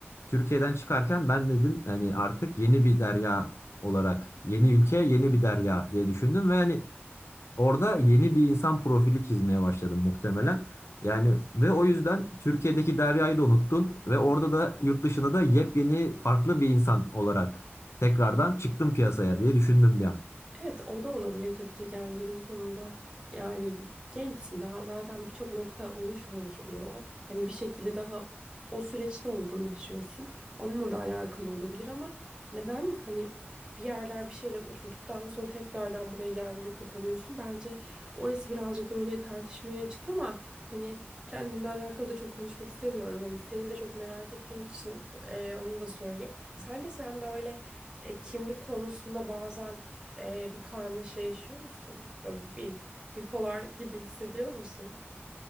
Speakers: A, on the left; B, on the right.
A: Türkiye'den çıkarken ben dedim hani artık yeni bir derya olarak yeni ülke yeni bir derya diye düşündüm ve hani Orada yeni bir insan profili çizmeye başladım muhtemelen. Yani ve o yüzden Türkiye'deki Derya'yı da unuttun ve orada da yurt dışına da yepyeni farklı bir insan olarak tekrardan çıktım piyasaya diye düşündüm bir an.
B: Evet o da olabilir tabii ki yani günün sonunda yani gençsin daha zaten birçok nokta oluşmamış oluyor. Hani bir şekilde daha o süreçte olgunlaşıyorsun. Onunla da alakalı olabilir ama neden hani bir yerler bir şeyler oturduktan sonra tekrardan buraya geldiğinde kapanıyorsun. Bence orası birazcık böyle tartışmaya açık ama hani kendimle alakalı da çok konuşmak istemiyorum. Hani seni de çok merak ettiğim için e, onu da sorayım. Sence sen böyle e, kimlik konusunda bazen ee, bir karmaşa yaşıyor musun? Böyle bir bipolar gibi hissediyor musun?